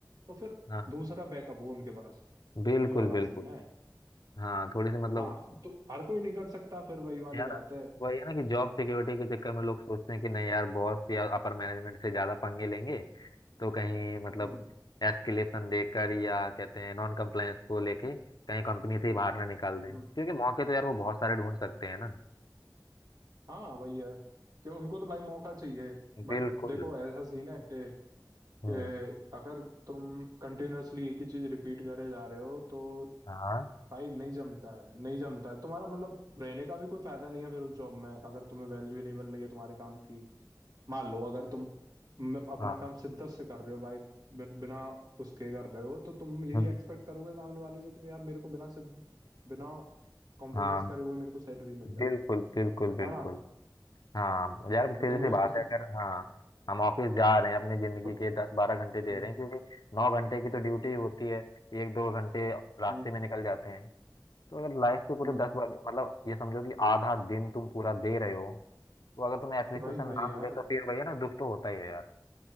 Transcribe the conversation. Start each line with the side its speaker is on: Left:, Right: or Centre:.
Right: तो फिर
Left: हाँ
Right: दूसरा बैकअप हो उनके पास
Left: बिल्कुल
Right: ये वाला
Left: बिल्कुल
Right: सीन है
Left: हाँ थोड़ी सी मतलब
Right: हाँ तो हर कोई नहीं कर सकता फिर वही वाली
Left: यार
Right: बात है
Left: वही है ना कि जॉब सिक्योरिटी के चक्कर में लोग सोचते हैं कि नहीं यार बॉस या अपर मैनेजमेंट से ज्यादा पंगे लेंगे तो कहीं मतलब
Right: हम्म
Left: एस्केलेशन देकर या कहते हैं नॉन कंप्लायंस को लेके कहीं कंपनी से ही बाहर ना निकाल दें
Right: हम्म
Left: क्योंकि मौके तो यार वो बहुत सारे ढूंढ सकते हैं ना
Right: हाँ वही है कि उनको तो भाई मौका चाहिए बट
Left: बिल्कुल
Right: देखो ऐसा सीन है कि
Left: हम्म
Right: कि अगर तुम कंटिन्यूअसली एक ही चीज रिपीट करे जा रहे हो तो
Left: हाँ
Right: भाई नहीं जमता है नहीं जमता है तुम्हारा मतलब रहने का भी कोई फायदा नहीं है फिर उस जॉब में अगर तुम्हें वैल्यू ही नहीं मिल रही है तुम्हारे काम की मान लो अगर तुम म- अपना
Left: हाँ
Right: काम शिद्दत से कर रहे हो भाई बि- बिना उसके कर रहे हो तो तुम यही
Left: हम्म,
Right: एक्सपेक्ट करोगे सामने वाले से कि यार मेरे को बिना सिद्ध- बिना कॉम्प्रोमाइज
Left: हाँ
Right: करे हुए मेरे को सैलरी मिल जाए
Left: बिल्कुल बिल्कुल बिल्कुल
Right: है ना
Left: हाँ यार सीधी
Right: और तुम्हें
Left: सी बात
Right: उसमें
Left: है अगर हाँ हम ऑफिस जा रहे हैं अपनी जिंदगी
Right: और-
Left: के दस बारह घंटे दे
Right: हम्म
Left: रहे हैं क्योंकि नौ घंटे की तो ड्यूटी होती है एक दो घंटे रास्ते
Right: हम्म
Left: में निकल जाते हैं तो अगर लाइफ के पूरे
Right: हम्म,
Left: दस बार मतलब ये समझो कि आधा दिन तुम पूरा दे रहे हो तो अगर तुम्हें अप्रिसिएशन
Right: भाई भाई
Left: ना
Right: यार
Left: मिले तो फिर वही है ना दुख तो होता ही है यार